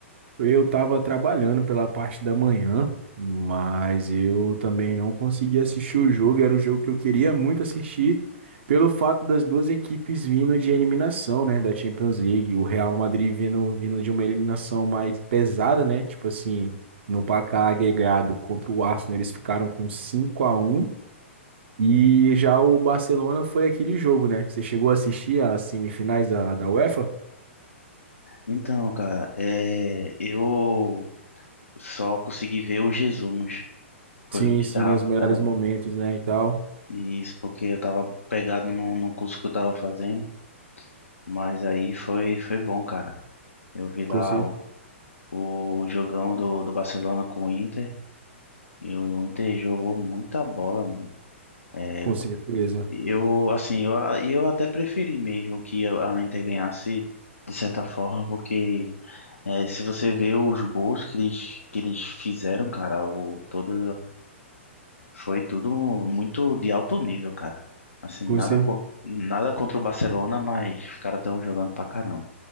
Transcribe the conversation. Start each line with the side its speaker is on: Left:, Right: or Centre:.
Right: Eu tava trabalhando pela parte da manhã, mas eu também não consegui assistir o jogo. Era o jogo que eu queria muito assistir, pelo fato das duas equipes vindo de eliminação, né, da Champions League. O Real Madrid vindo, vindo de uma eliminação mais pesada, né? Tipo assim, no placar agregado contra o Arsenal, eles ficaram com 5 a um. E já o Barcelona foi aquele jogo, né? Você chegou a assistir as semifinais da, da UEFA?
Left: Então, cara, é, eu só consegui ver os resumos. Foi
Right: Sim,
Left: o que
Right: sim,
Left: tava,
Right: os melhores
Left: tava
Right: momentos, né, e tal.
Left: E Isso, porque eu tava pegado num, num curso que eu tava fazendo, mas aí foi, foi bom, cara. Eu vi lá
Right: Com, cer-
Left: o, o jogão do, do Barcelona com o Inter, e o Inter jogou muita bola, mano. É,
Right: com certeza.
Left: eu, assim, eu, eu até preferi mesmo que a Inter ganhasse, de certa forma, porque é, se você vê os gols que eles, que eles fizeram, cara, o, toda Foi tudo muito de alto nível, cara. Assim,
Right: Com
Left: nada,
Right: certeza.
Left: co- nada contra o Barcelona, mas os caras estão jogando pra caramba.